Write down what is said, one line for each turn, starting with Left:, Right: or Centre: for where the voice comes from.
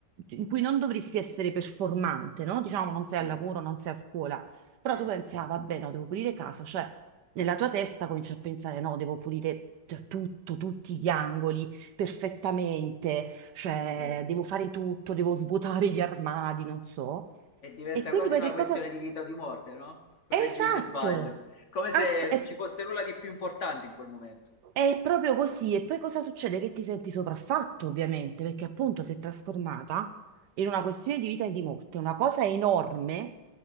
Right: in cui non dovresti essere performante, no? Diciamo non sei
Left: sì,
Right: al lavoro, non sei a scuola, però
Left: sì,
Right: tu pensi, ah vabbè, no, devo pulire casa, cioè nella tua testa cominci a pensare, no, devo pulire t- tutto, tutti gli angoli perfettamente, cioè
Left: sì.
Right: devo fare tutto, devo svuotare gli armadi, non so.
Left: E diventa
Right: E quindi
Left: quasi
Right: poi
Left: una
Right: che
Left: questione
Right: cosa...
Left: di vita o di morte, no? Correggimi
Right: Esatto!
Left: se sbaglio, come se
Right: Ass-
Left: non
Right: e-
Left: ci fosse nulla di più importante in quel momento.
Right: È proprio così. E poi cosa succede? Che ti senti sopraffatto, ovviamente, perché appunto si è trasformata in una questione di vita e di morte, una cosa enorme,